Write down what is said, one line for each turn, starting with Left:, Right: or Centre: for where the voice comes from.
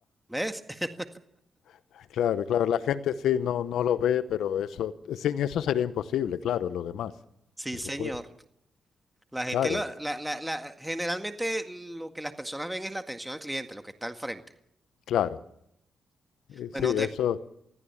Centre: ¿Ves? <laughs>
Left: <laughs> claro, claro. La gente sí no, no lo ve, pero eso, sin eso sería imposible, claro, lo demás,
Centre: Sí,
Left: por
Centre: señor.
Left: supuesto.
Centre: La gente,
Left: Claro,
Centre: la, la- la- la- generalmente lo que las personas ven es la atención al cliente, lo que está al frente.
Left: claro. Eh,
Centre: Bueno,
Left: Sí,
Centre: después
Left: eso.